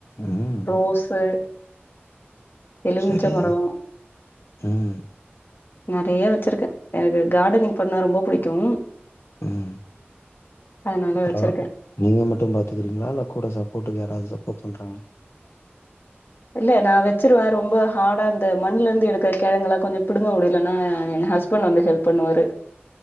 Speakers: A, on the left (about 75°); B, on the left (about 60°).
A: ம்
B: ரோஸ்ஸு எலுமிச்ச
A: சரி
B: மரோ
A: ம்
B: நெறையா வச்சிருக்கே எனக்கு கார்டனிங் பண்ணா ரொம்ப புடிக்கு
A: ம்
B: அதனால
A: பரவாயில்ல
B: வச்சிருக்கே
A: நீங்க மட்டு பாத்துக்கீரிங்களா இல்ல கூட சப்போட்டுக்கு யாராவது சப்போர்ட் பண்றாங்களா
B: இல்ல நா வச்சிருவே ரொம்ப ஹார்டா இந்த மண்ணுல இருந்து எடுக்கிற கெழங்கல்லா கொஞ்சோ பிடுங்க முடியலன்னா ஏ ஹஸ் ஹஸ்பன்ட் வந்து ஹெல்ப் பண்ணுவாரு